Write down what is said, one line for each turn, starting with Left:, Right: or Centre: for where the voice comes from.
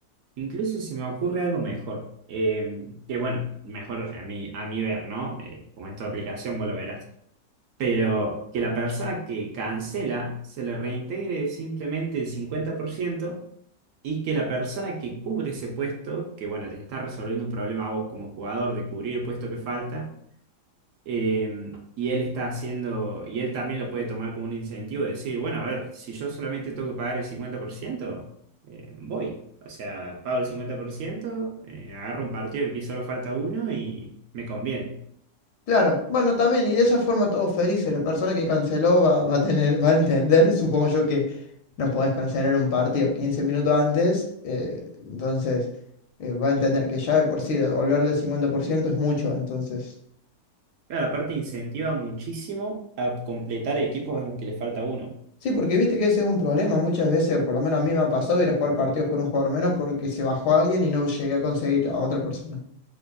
Right: Incluso se me ocurre algo mejor, eh, que bueno, mejor a mí, a mi ver, ¿no? Eh, como es tu aplicación, vos lo verás. Pero que la persona que cancela se le reintegre simplemente el 50% y que la persona que cubre ese puesto, que bueno, te está resolviendo un problema a vos como jugador de cubrir el puesto que falta, eh, y él está haciendo, y él también lo puede tomar como un incentivo de decir, bueno, a ver, si yo solamente tengo que pagar el 50%, eh, voy. O sea, pago el 50%, eh, agarro un partido del que solo falta uno y me conviene.
Left: Claro, bueno, también, y de esa forma todos felices. La persona que canceló va, va a tener, va a entender, supongo yo, que no podés cancelar un partido 15 minutos antes, eh, entonces eh, va a entender que ya de por sí devolver del 50% es mucho, entonces.
Right: Claro, aparte incentiva muchísimo a completar equipos a los que le falta uno.
Left: Sí, porque viste que ese es un problema muchas veces, por lo menos a mí me ha pasado ir a jugar partidos con un jugador menos porque se bajó alguien y no llegué a conseguir a otra persona.